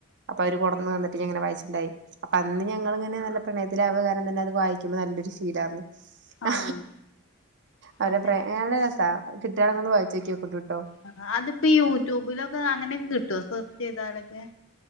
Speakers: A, on the right (about 55°); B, on the left (about 65°).
A: അപ്പ അവര് കൊടന്ന് വന്നിട്ട് അങ്ങനെ പയസുണ്ടായി അൊ അന്ന് ഞങ്ങിങ്ങനെ നല്ല പ്രണയത്തില അവകാരം നല്ല അത് വായിക്ക്പോ നല്ലൊരു ശടന്ന് ആ
B: ആഹ്
A: അവരെ
B: അങ്ങനെ
A: പ്രള രസ കിട്ടണംെന്ന വായിച്ചേക്ക കൊണ്ട
B: ആ അതിപ്പോ യൂട്യൂബിലൊക്കെ അങ്ങനെയക്കെ കിട്ടുവോ സെർച്ച് ചെയ്താലൊക്കെ